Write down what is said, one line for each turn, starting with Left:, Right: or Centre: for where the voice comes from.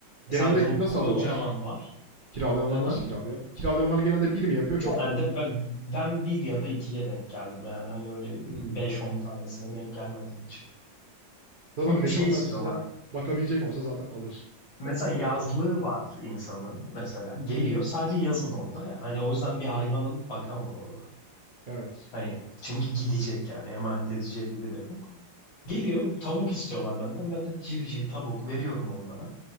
Right: Genelde
Left: Mesela adam
Right: nasıl
Left: kocaman
Right: alıyorlar?
Left: var.
Right: Kiralayanlar
Left: Efendim?
Right: nasıl kiralıyor? Kiralayanlar genelde bir mi yapıyor,
Left: Genelde
Right: çoklu mu?
Left: ben, ben bir ya da ikiye denk geldim. Yani hani öyle
Right: Hımm.
Left: beş on tanesine denk gelmedim hiç.
Right: Zaten
Left: Çünkü
Right: beş
Left: şey
Right: on
Left: istiyorlar.
Right: tanesine bakabilecek olsa zaten alır.
Left: Mesela
Right: Çabuk
Left: yazlığı
Right: alır.
Left: var insanın mesela. Geliyor sadece yazın orada ya. Hani o yüzden bir hayvan
Right: Evet,
Left: alıp bakamaz orada.
Right: evet.
Left: Hani çünkü gidecek yani emanet edeceği biri de yok. Geliyor tavuk istiyorlar benden. Ben de civciv tavuk veriyorum onlara.